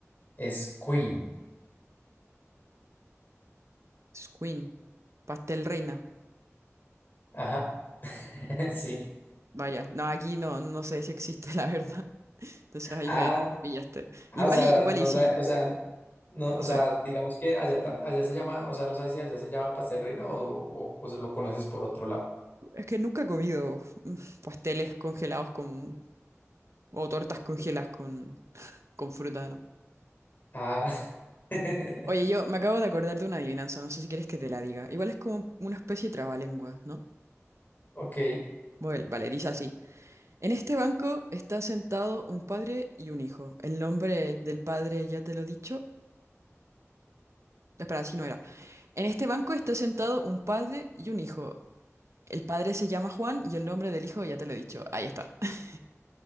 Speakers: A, on the left; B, on the right.
A: Es Queen.
B: Squeen. Pastel reina.
A: Ajá, <laughs> sí.
B: Vaya, no, aquí no, no sé si existe, <laughs> la verdad. Entonces ahí
A: Ah,
B: me pillaste.
A: ah,
B: Igual
A: o sea,
B: y, igual
A: no
B: y sí,
A: sa- o sea, no, o
B: no
A: sea,
B: sé.
A: digamos que allá, tam- allá se llama, o sea, no sé si allá se llama pastel reina o, o, o se lo conoces por otro lado.
B: Es que nunca he comido <laughs> mm, pasteles congelados con O tortas congeladas con, con fruta, ¿no?
A: Ah, <laughs>
B: Oye, yo me acabo de acordar de una adivinanza, no sé si quieres que te la diga. Igual es como una especie de trabalengua, ¿no?
A: ok.
B: Bueno, vale, dice así. En este banco está sentado un padre y un hijo. El nombre del padre ya te lo he dicho. Espera, así no era. En este banco está sentado un padre y un hijo. El padre se llama Juan y el nombre del hijo ya te lo he dicho. Ahí está. <laughs>